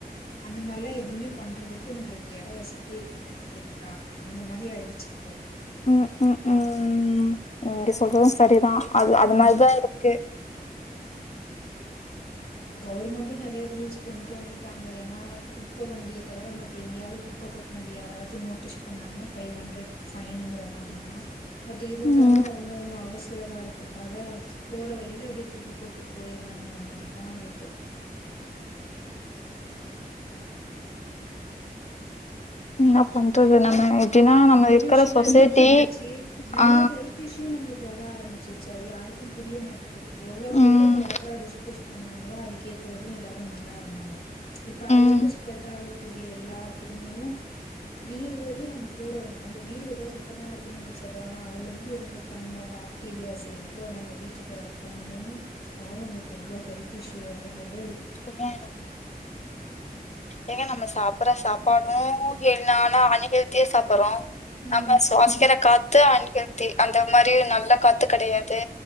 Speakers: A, on the left (about 85°); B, on the left (about 45°).
A: அந்த மாரிலா எதுவுமே பண்றதுக்கு நம்மளுக்கு இட வசதியே இல்ல இல்லைங்களா அந்த மாரி ஆயிடுச்சு இப்போ
B: ம் உம் உம் நீங்க சொல்றதும் சரிதான் அது அது மாரிதா
A: ம்
B: இருக்கு
A: கவர்மெண்டு நெறைய ரூல்ஸ் கொண்டு வந்துட்டாங்க ஏன்னா குப்ப வண்டிய தவிர மத்த எங்கயாவது குப்ப கொட்னது யாராவது நோட்டீஸ் பண்ணாங்கன்னா ஃபைவ் ஹண்டரட் ஃபைனுங்கிற மாரிலா பட் இருந்தாலும்
B: ம்
A: அவங்கவுங்க அவசர சில காலத்துக்காக போற வழியில அப்படியே தூக்கி போட்டு போயிரலாங்கிற மாரி எல்லான் இருக்கு
B: என்னா பன்றது நம்ம எப்டின்னா நம்ம
A: பொல்யூஷன்
B: இருக்கற சொசைட்டி
A: அதிகமாயிடுச்சு நெறைய
B: ஆ
A: ஹெல்த் இஷ்யூ நம்மளுக்கு வர ஆரம்பிச்சுச்சு ச அது யாருக்கும் புரிய மாட்டுக்குது எவ்ளோக்கு
B: ம்
A: எவ்ளோ ப்ராப்பரா டிஸ்போஸ் பண்ணா முன்னலா அதுக்கு ஏத்தமாரி எல்லாரும் நல்லா இருந்தாங்க இப்ப அதுல
B: ம்
A: இருந்து ஸ்ப்ரெட் ஆகு கூடிய எல்லா கிருமியும் வீடு வரையும் நமக்கு கூட வந்து நம்ம வீடு ஏதோ சுத்தமா இருக்குன்னு நெனச்சிறோ அதுல இருந்து இருந்த தங்குன பாக்டீரியாஸ் எவ்ளோ நம்ம வீட்டுட்ட இருக்கு இன்னொன்னு அதனால நம்மளுக்கு எவ்ளோ ஹெல்த் இஸ்யூ வருதுங்குறது
B: உண்மையாங்க ம் ஏங்க நம்ம சாப்புடுற சாப்பாடும் எல்லாரும் அன் ஹெல்தியா சாப்புடுறோம்
A: ம்
B: நம்ம சுவாசிக்கிற காத் த்து அன் ஹெல்தி அந்த மாரி நல்ல காத்து கிடையாது